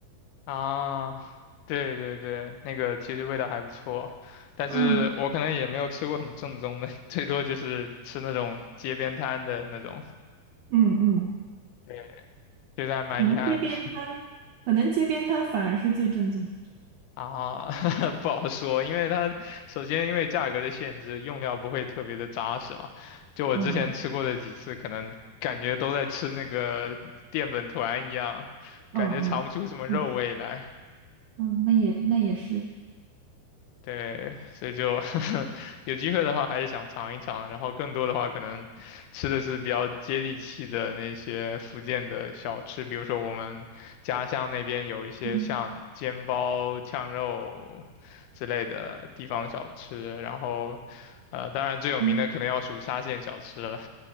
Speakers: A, on the left; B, on the right.
A: 啊，对对对，那个其实味道还不错，但是我可能也没有吃过很正宗的，
B: 嗯
A: 最多就是吃那种街边摊的那种，
B: 嗯嗯，
A: 对，觉得还蛮遗憾的。
B: 可能街边摊，可能街边摊反而是最正宗的。
A: 啊，<laughs> 不好说，因为它首先因为价格的限制，用料不会特别的扎实嘛。就我之前吃过的几次，
B: 嗯
A: 可能感觉都在吃那个淀粉团一样，
B: 嗯嗯，
A: 感觉尝不出什么肉味来。
B: 确实，嗯，那也那也是。
A: 对，所以就 <laughs> 有机会的话还是想尝一尝，然后更多的话可能吃的是比较接地气的那些福建的小吃，比如说我们家乡那边有一些像煎包、
B: 嗯
A: 呛肉之类的地方小吃，然后呃，当然最有名的可能要数沙县小吃了，
B: 嗯，